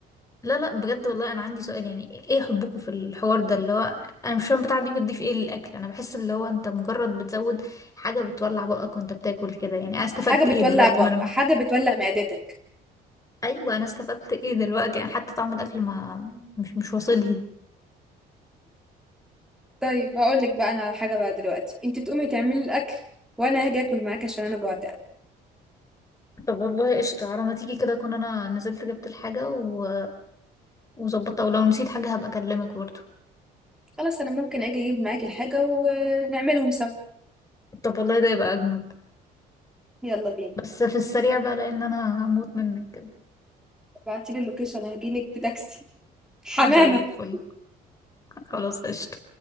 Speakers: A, on the left (about 20°); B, in the centre.
A: لا لا بجد والله انا عندي سؤال يعني ايه حبكم في الحوار ده اللي هو انا مش فاهم بتاع دي بتضيف ايه للاكل انا بحس اللي هو انت مجرد بتزود حاجه بتولع بقك وانت بتاكل كده يعني انا استفدت
B: حاجة
A: ايه
B: بتولع
A: دلوقتي
B: ب
A: ما انا ما.
B: حاجة بتولع معدتك.
A: ايوه انا استفدت ايه دلوقتي يعني حتى طعم الاكل ما مش مش واصل لي
B: طيب هاقول لك بقى أنا على حاجة بقى دلوقتي، أنتِ تقومي تعملي الأكل وأنا هاجي آكل معاكِ عشان أنا جوعت أوي،
A: طب والله قشطة على ما تيجي كده اكون انا نزلت جبت الحاجه و... وظبطتها ولو نسيت حاجه هبقى اكلمك برضه
B: خلاص أنا ممكن آجي أجيب معاكِ الحاجة ونعملهم سوا،
A: طب والله ده يبقى اجمد
B: يلا بينا.
A: بس في السريع بقى لان انا هموت منك كده
B: ابعتيلي اللوكيشن هجيلك بتاكسي حمامة
A: زي الفل خلاص قشطة